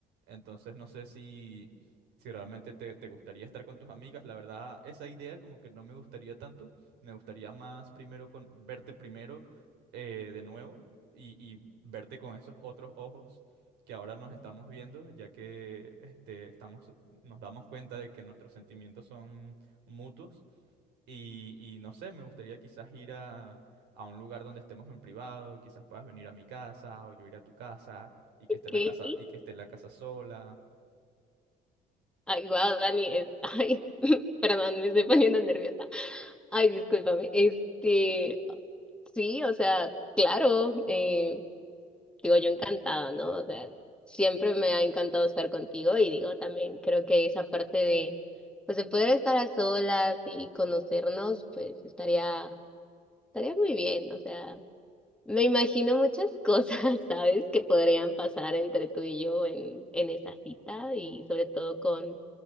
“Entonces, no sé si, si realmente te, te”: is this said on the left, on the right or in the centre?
Right